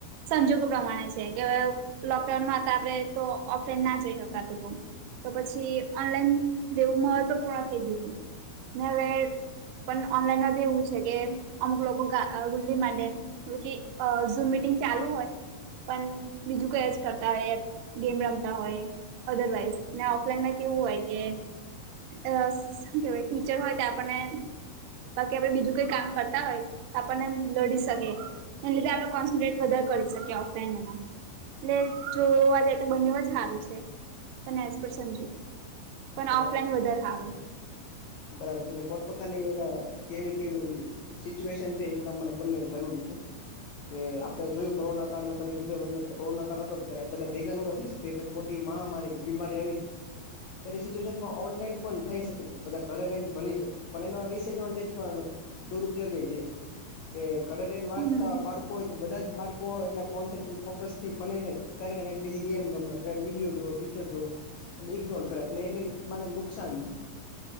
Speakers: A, on the right; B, on the left.
A: સંજોગો પ્રમાણે છે કે હવે લોકડાઉનમાં હતા આપડે તો ઓફલાઈન ના જઈ શકાતું તું તો પછી ઓનલાઈન જેવું મહત્વ પૂર્ણ થઈ ગયું હતું હવે પણ ઓનલાઈનમાં બી એવું છે કે અમુક લોકો ગ-ગુલ્લી માંડે યુ કે અહ ઝૂમ મિટિંગ ચાલુ હોય પણ બીજું કઈ જ કરતા હોય ગેમ રમતા હોય અદરવાઈઝ ને ઓફલાઈનમાં કેવું હોય કે અ કેવાય ટીચર હોય તો આપણને બાકી આપડે બીજું કઈ કામ કરતા હોય, તો આપણને લડી શકી. એ લીધે આપણે કોન્સન્ટ્રેટ વધારે કરી શકીએ ઓફલાઈન એમાં. એટલે જોવા જે તો બંને જ હાર છે, પણ એઝ પર સંજુ. પણ
B: બરાબર
A: ઓફલાઈન બધર હારુ.
B: બરાબર છે એટલે પોતપોતા ની કેવી કેવી ઓળી. સિચ્યુએશન છે એ પ્રમાણે બંને જરૂરી છે. કે આપડણે જોયું કોરોના કાળમાં તમે કીધું એ કોરોના કા હતો અત્યારે બધા ભેગા નોતા થઈ શ મોટી મહામારી કે બીમારી આવી છે, તે સચુએશનમાં ઓનલાઈન પણ થઈ શકે. બધા ઘરે રહીને ભણી શકીએ, પણ એનો ડિસએડવાન્ટેજ પણ દુરુપયોગી છે. કે ઘરે રને વાંચતા
A: હમ
B: બાળકો હોય તો બધા જ બાળકો એટ કો ફોકસ થી ભને નહી. કઈક કઈ બી ગેમને વિડીયો જો હોય પિક્ચરસ હોવે. અને ઈગ્નોર કરે એટલે એને મને નુકસાન છે.